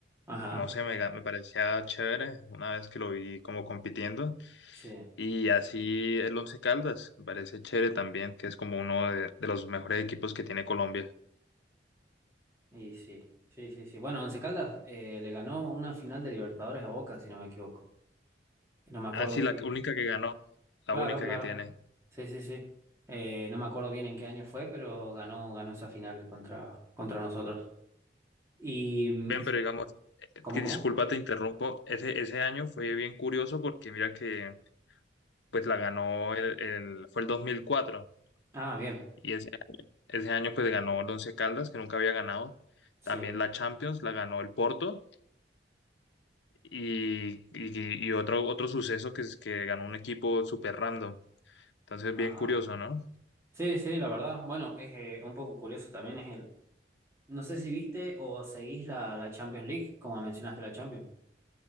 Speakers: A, on the right (about 15°); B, on the left (about 80°).
A: Ajá,
B: no sé, me, ga- me parecía chévere una vez que lo vi como compitiendo,
A: sí,
B: y así el Once Caldas, me parece chévere también, que es como uno de, de los mejores equipos que tiene Colombia.
A: y sí, sí, sí, sí. Bueno, Once Caldas eh, le ganó una final de Libertadores a Boca, si no me equivoco. No me acuerdo.
B: Ah, sí, la
A: bien.
B: única que ganó,
A: Claro,
B: la única
A: claro.
B: que tiene.
A: Sí, sí, sí. Eh, no me acuerdo bien en qué año fue, pero ganó, ganó esa final contra, contra nosotros. Y, mm,
B: Ven, pero digamos, eh,
A: ¿cómo,
B: que
A: cómo?
B: disculpa, te interrumpo. Ese, ese año fue bien curioso porque mira que pues la ganó el, el- fue el 2004
A: Ah, bien.
B: y ese, ese año pues ganó el Once Caldas que nunca había ganado.
A: Sí.
B: También la Champions la ganó el Porto y, y, y otro, otro suceso que es que ganó un equipo súper random. Entonces,
A: Ajá.
B: bien curioso, ¿no?
A: Sí, sí, la verdad. Bueno, es eh, un poco curioso también es el, No sé si viste o seguís la, la Champions League, como mencionaste la Champions.